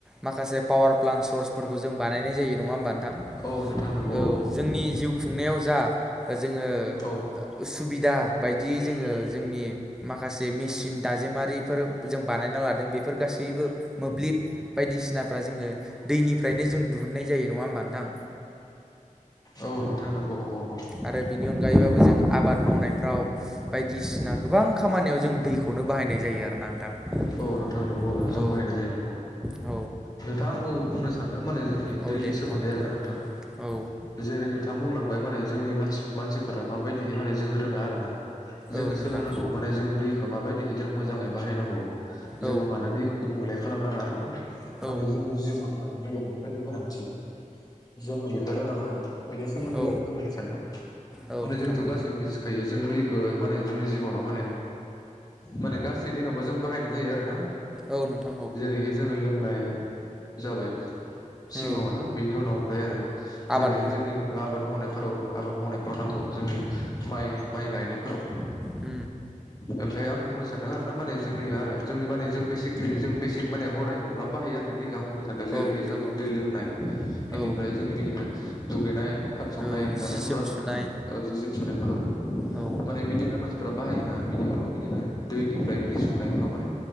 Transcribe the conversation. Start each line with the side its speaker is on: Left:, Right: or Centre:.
Centre: माखासे पावार प्लान्ट सर्सफोरखौ जों बानायनाय जायो नङा होमबा नोंथां?
Left: औ नोंथां नंगौ
Centre: औ जोंनि जिउ खुंनायाव जा जोङो,
Left: औ
Centre: सुबिदा बायदियै जोङो जोंनि माखासे मेसिन दाजेमारिफोर जों बाय बानायना लादों बेफोर गासैबो मोब्लिब बायदिसिनाफ्रा जोङो दैनिफ्रायनो जों दिहुननाय जायो। दै नङा होमबा नोथां?
Left: औ, नोंथां नंगौ औ औ।
Centre: आरो बेनि अनगायैबो जों आबाद मावनायफ्राव बायदिसिना गोबां खामानियाव जों दैखौनो बाहायनाय जायो आरो ना नोंथां।
Left: औ औ नोंथां नंगौ जों
Centre: औ
Left: बाहायनाय जायो नंगौ।
Centre: औ
Left: नोंथां आंबो बुंनो नोंथां माने जोंनि
Centre: औ
Left: दैनि
Centre: दे नोंथां
Left: सोमोन्दै आरोना नोंथां।
Centre: औ
Left: जेरै- नोंथां बुंलांबाय माने जोंनि मानसिफोरा माबायदिहै माने जों रोङा आरो ना। जोङो
Centre: औ नोंथां
Left: सोलोंनांगौ माने जों दैखौ माबायदिहै जों मोजाङै बाहायनांगौ जोङो
Centre: औ
Left: म देखौ गुबुंले खालामनााङा आरो ना
Centre: औ
Left: माने जोंनि जिउमायाव दैया माबायदि गोनांन्थि जोङो बेखौ रोंनांगोन, बेनि सोमोन्दै
Centre: औ
Left: आं फोरमायनो सानदों
Centre: औ
Left: माने
Centre: नोंथां
Left: जोंथ'
Centre: औ
Left: गासैबो मिथिखायो जों दैखौ माने जोंनि जिबनाव माने माने गासै दिनावबो जों बाहायनाय जायो आरो ना।
Centre: औ नोंथां औ
Left: जेरैहाय जोङो लोंनाय जाबाय। सिगाङावनो
Centre: औ
Left: बिनि उनाव ओमफाय आरो जेरै
Centre: आबाद
Left: जोंनि आबाद मावनायफोराव आबाद मावनायफ्राव ना औ जोंनि माइ माइ गायनायफोराव
Centre: उम
Left: ओमफाय आं बुंनो सानदों आरो ना माने जोंनि आरो जोंनि माने जों बेसिकेलि जों बेसिक माने हदाय मबब्लाब बाहायो आरोना बे आं बुंनो सानदों जेरै
Centre: औ नोंथां
Left: जों
Centre: औ
Left: दै लोंनाय बेनिफ्राय
Centre: औ
Left: जोंनि बिदिनो दुगैनाय ओंखाम संनाय
Centre: औ
Left: जानायफोराव
Centre: जि जोम सुनाय
Left: आरो ना जि जोम सुनायफोराव
Centre: औ
Left: माने बिदिनो मान फोरा बाहायोना बिनि उनाव बिदिनो दैनिफ्राय बिदि सुनायफोराव माने